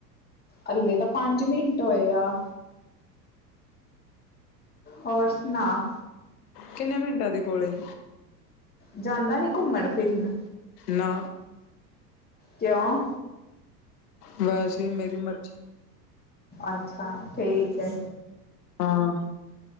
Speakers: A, on the left; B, on the left.
A: ਅੱਲੇ ਤਾਂ ਪੰਜ ਮਿੰਟ ਹੋਏ ਆ। ਹੋਰ ਸੁਣਾ?
B: ਕਿੰਨੇ ਮਿੰਟਾਂ ਦੇ ਕੋਲ ਏ।
A: ਜਾਂਦਾ ਨੀ ਘੁੰਮਣ-ਫਿਰਨ?
B: ਨਾ।
A: ਕਯੌ?
B: ਵੈਸੇ ਹੀ ਮੇਰੀ ਮਰਜ਼ੀ
A: ਅੱਛਾ, ਠੀਕ ਐ।
B: ਹਾਂ।